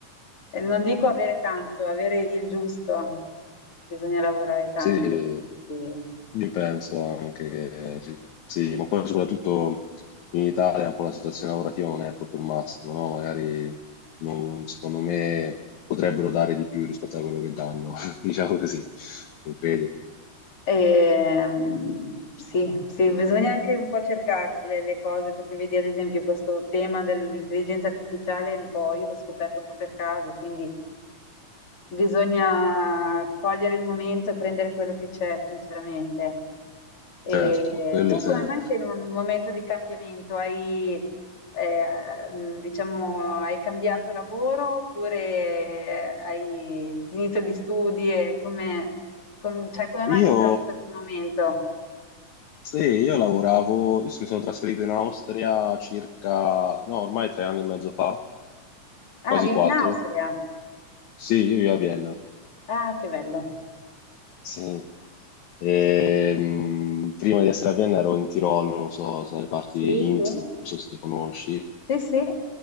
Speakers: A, on the left; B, on the left.
A: eh, non dico avere tanto, avere il giusto, bisogna lavorare tanto.
B: sì.
A: quindi-
B: Io penso anche che eh, ci- sì, ma poi soprattutto in Italia un po' la situazione lavorativa non è proprio il massimo, no? Magari non- secondo me potrebbero dare di più rispetto a quello che danno, <laughs> diciamo così, non credi?
A: ehm, sì, sì, bisogna anche un po' cercarsele le cose, perché vedi ad esempio questo tema dell'intelligenza artificiale, un po', io l'ho scoperto un po' per caso, quindi Bisogna cogliere il momento e prendere quello che c'è, sinceramente. E
B: Certo, quello
A: tu
B: sempre.
A: come mai sei in un momento di cambiamento? Hai, eh, mh, diciamo, hai cambiato lavoro oppure hai finito gli studi? E come, com- cioè, come mai
B: Io,
A: ti trovi in questo momento?
B: sì, io lavoravo, io mi sono trasferito in Austria circa, no, ormai tre anni e mezzo fa,
A: Ah,
B: quasi
A: vivi
B: quattro.
A: in Austria?
B: Sì, io vivo a Vienna.
A: Ah, che bello.
B: Sì. Ehm, prima di essere a Vienna ero in Tirolo, non so, so le parti
A: Sì,
B: di
A: sì.
B: Innsbruck, non so se ti conosci.
A: Sì, sì,